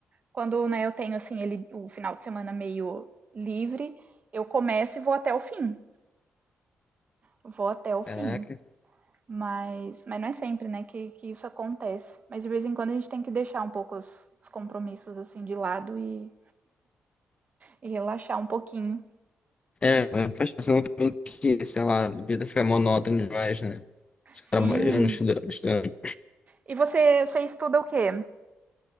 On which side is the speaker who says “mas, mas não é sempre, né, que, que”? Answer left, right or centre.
Right